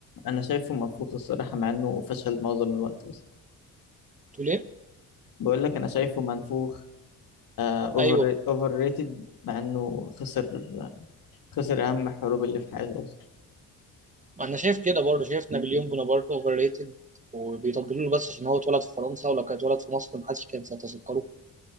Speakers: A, on the left (about 60°); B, on the right (about 20°).
A: أنا شايفه منفوخ الصراحة مع إنه فشل معظم الوقت بس
B: تقول ايه
A: بقول لك أنا شايفه منفوخ أوفر
B: ايوه
A: أوفر ريتد مع إنه خسر خسر أهم الحروب اللي في حياته أصلا
B: انا شايف كده برضه شايف نابليون بونابرت اوفر ريتد وبيطبلوا له بس عشان هو اتولد في فرنسا ولو كان اتولد في مصر ما حدش كان سيتذكره